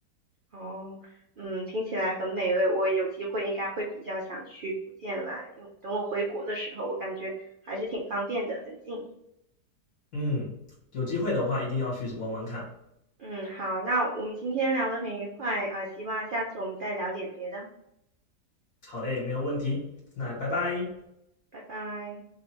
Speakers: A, on the right; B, on the left.
A: 哦，嗯，听起来很美味。我有机会应该会比较想去福建玩，因为等我回国的时候，我感觉还是挺方便的，很近。
B: 嗯，有机会的话一定要去玩玩看。
A: 嗯，好，那我们今天聊得很愉快啊，希望下次我们再聊点别的，
B: 好嘞，没有问题，那拜拜。
A: 拜拜。